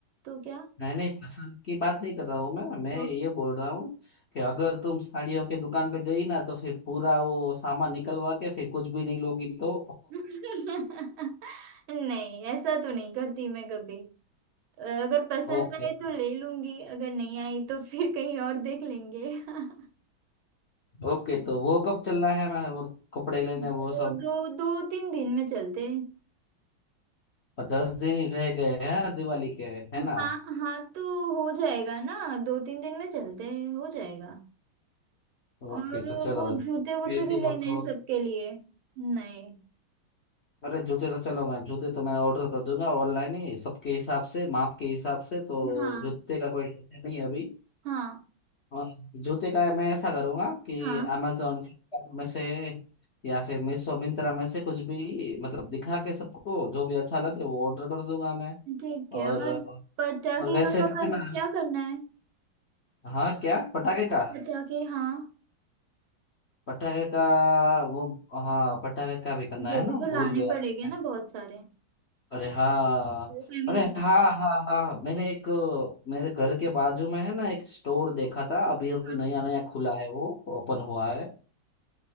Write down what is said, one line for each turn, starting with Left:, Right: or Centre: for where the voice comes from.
Right: तो क्या
Left: नहीं नहीं पसंद की बात नहीं कर रहा हूँ मैं मैं
Right: तो
Left: ये बोल रहा हूँ कि अगर तुम साड़ियों की दुकान पे गई ना तो फिर पूरा वो सामान निकलवा के फिर कुछ भी नहीं लोगी तो
Right: <laughs> नहीं ऐसा तो नहीं करती मैं कभी अगर पसंद
Left: <laughs> ओके
Right: आए तो ले लूंगी अगर नहीं आई तो फिर कहीं और देख लेंगे <laughs>
Left: ओके तो वो कब चलना है मैं वो कपड़े लेने
Right: दो
Left: वो सब
Right: दो दो तीन दिन में चलते हैं।
Left: दस दिन ही रह गए हैं दिवाली के है ना
Right: हाँ हाँ तो हो जाएगा ना दो तीन दिन में चलते हैं, हो जाएगा
Left: ओके
Right: और
Left: तो चलो
Right: वो
Left: फिर
Right: जूते वूते भी लेने
Left: हो तो
Right: हैं सबके लिए नहीं
Left: अरे जूते तो चलो मैं जूते तो मैं ऑर्डर कर दूंगा ऑनलाइन ही सबके हिसाब से माप के हिसाब से तो
Right: हाँ
Left: जूते का कोई टेंशन नहीं है अभी
Right: हाँ
Left: और जूते का मैं ऐसा करूंगा कि
Right: हाँ
Left: अमेजोन फ्लिपकार्ट में से या फिर मीशो मिंत्रा में से कुछ भी मतलब दिखा के सबको जो भी अच्छा लगे वो ऑर्डर कर दूंगा मैं
Right: ठीक
Left: और
Right: है और
Left: और
Right: पटाखे
Left: वैसे
Right: का, का,
Left: भी
Right: का
Left: ना
Right: क्या करना है
Left: हाँ क्या पटाखे का
Right: पटाखे हाँ
Left: पटाखे का वो हाँ पटाखे का भी करना
Right: वो
Left: है ना
Right: भी तो लाने
Left: भूल गया
Right: पड़ेंगे ना बहुत सारे
Left: अरे हाँ
Right: फैमिली
Left: अरे
Right: के
Left: हाँ हाँ हाँ मैंने एक मेरे घर के बाजू में है ना एक स्टोर देखा था अभी अभी
Right: हाँ
Left: नया नया खुला है वो ओपन हुआ है